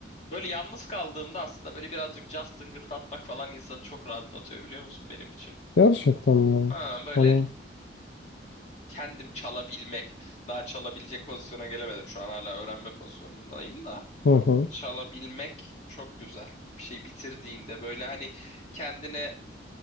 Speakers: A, on the left (about 35°); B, on the left (about 70°).
A: Böyle yalnız kaldığımda aslında böyle birazcık jazz tıngırdatmak falan insanı çok rahatlatıyor biliyor musun benim için?
B: Gerçekten mi?
A: Ha, böyle
B: Hani
A: kendim çalabilmek, daha çalabilecek pozisyona gelemedim şu an hala öğrenme pozisyonundayım da
B: hı hı.
A: çalabilmek çok güzel. Bir şey bitirdiğinde böyle hani kendine